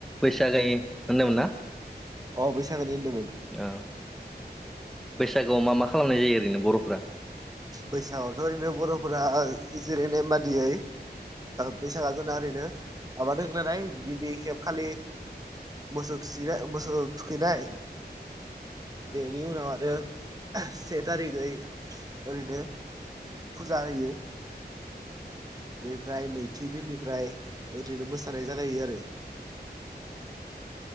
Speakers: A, in the centre; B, on the right (about 20°).
A: बैसाजायो होनदोंमोन ना
B: अ बैसागोनि होनदो
A: औ बै जागौ मा मा खालामनाय जायो ओरैनो बर'फ्रा
B: बैसागआवथ' ओरैनो बर'फोरा जिरायनाय बादियै बैसागो जोंना ओरैनो आबाद हो नालाय गिबि खेब खालि मोसौ थुसिनाय मोसौ थुखैनाय बेनि उनाव आरो से थारिखै ओरैनो फुजा होयो बेनिफ्राय नैथि दिननिफ्राय ओरैनो मोसानाय जागायो आरो